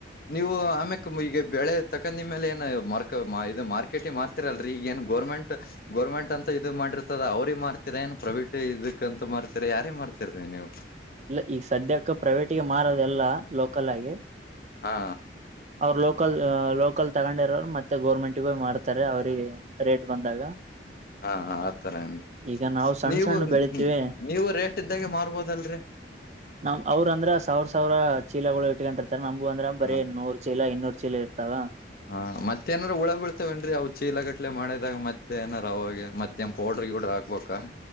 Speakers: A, on the left; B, on the right.
A: ನೀವು ಆಮ್ಯಕ್ ಈಗ ಬೆಳೆ ತಕ್ಕ ನಿಮ್ಮೇಲೆ ಏನು ಮರ್ ಇದು ಮಾರ್ಕೆಟಿ ಮಾರ್ತಿರಲ್ರಿ ಈಗ ಏನ್ ಗೋರ್ಮೆಂಟ್ ಗೋರ್ಮೆಂಟ್ ಅಂತ ಇದು ಮಾಡಿರ್ತದ ಅವ್ರಿಗೆ ಮಾರ್ತಿರ. ನನ್ ಪ್ರವೀಟ್ ಇದಕ್ಕಂತ ಮಾಡ್ತರಿ ಯಾರೇ ಮಾಡ್ತಿರಿ ನೀವು.
B: ಇಲ್ಲ ಈಗ ಸದ್ಯಕ್ಕೆ ಪ್ರೈವೇಟಗೆ ಮಾರದೆ ಎಲ್ಲ ಲೋಕಲ್ ಆಗಿ
A: ಹಾ
B: ಅವರು ಲೋಕಲ್ ಲೋಕಲ್ ತಗೊಂಡಿರೋರು ಮತ್ತೆ ಗೌರ್ಮೆಂಟ್ಗೂ ಮಾಡ್ತಾರೆ ಇತಾರೆ ಅವ್ರ ರೇಟ್ ಬಂದಾಗ
A: <inaudible> ಹಾ ಆತರ ಏನ್ರಿ
B: ಈಗ ನಾವು ಸಣ್ಣ
A: ನೀವು
B: ಸಣ್ಣ ಬೆಳಿತೀವಿ
A: ನೀವು ರೇಟ್ ಇದ್ದಾಗೆ ಮಾರ್ಬೋದಲ್ರರಿ.
B: ನಮ ಅವ್ರ ಅಂದ್ರ ಸಾವರ್ ಸಾವಿರ ಚೀಲಗಳು ಇಟ್ಕೊಂಡರ್ ನಂಬಗ ಅಂದ್ರ
A: ಹ
B: ಬರೀ ನೂರು ಚೀಲ ಇನ್ನೂರು ಚೀಲ ಇರ್ತಾವ
A: ಹಾ ಮತ್ತೆ ಏನಾರ ಉುಳ ಬೀಳ್ತವೇಏನ್ರೀ ಅವು ಚೀಲ ಗಟ್ಲೆ ಮಾಡಿದಾಗ ಮತ್ತೆ ಏನಾರ ಅವಾಗೆ ಮತ್ತೆ ಮಮ ಪೌಡ್ರಿ ಗಿಡ್ರರ್ ಹಾಕ್ಬಬೇಕ